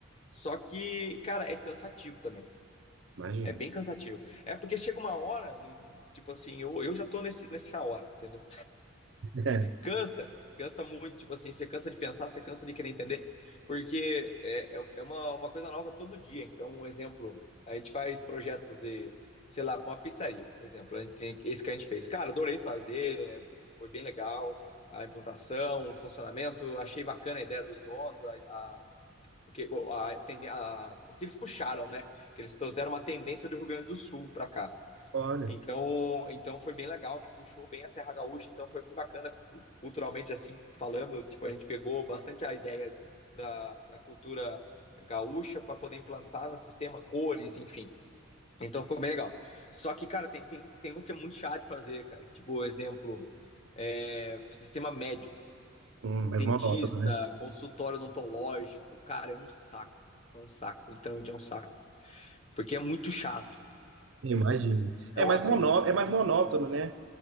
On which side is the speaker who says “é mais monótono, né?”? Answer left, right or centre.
Right